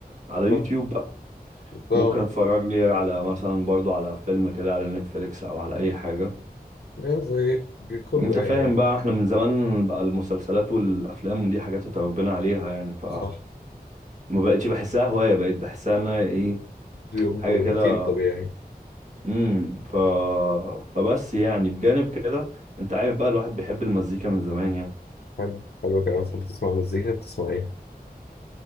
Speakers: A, on the right (about 45°); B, on the left (about 70°).
A: على يوتيوب
B: آه
A: بقى
B: آه
A: ممكن اتفرج لي على مثلا برضو على فيلم كده على نتفليكس او على اي حاجة
B: إيه، زي كله
A: انت
B: يعني
A: فاهم
B: آه،
A: بقى احنا من زمان بقى المسلسلات والافلام دي حاجات اتربينا عليها يعني ف
B: صح
A: ما بقتش بحسها هواية بقيت بحسها انها ايه
B: يوم
A: حاجة
B: ط- روتين
A: كده
B: طبيعي
A: امم ف فبس يعني بجانب كده انت عارف بقى الواحد بيحب المزيكا من زمان يعني
B: حلو حلو كده بتحب تسمع مزيكا بتسمع ايه